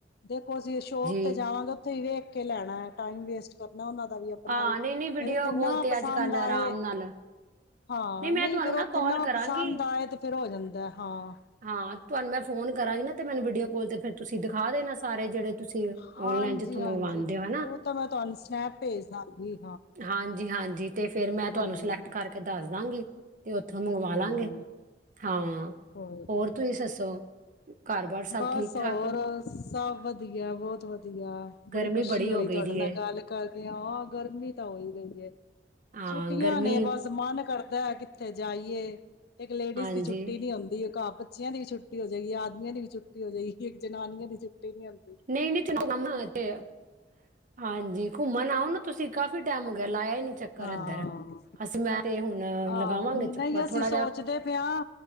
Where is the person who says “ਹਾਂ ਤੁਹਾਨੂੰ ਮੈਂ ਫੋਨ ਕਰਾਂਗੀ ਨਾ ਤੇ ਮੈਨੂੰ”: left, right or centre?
Right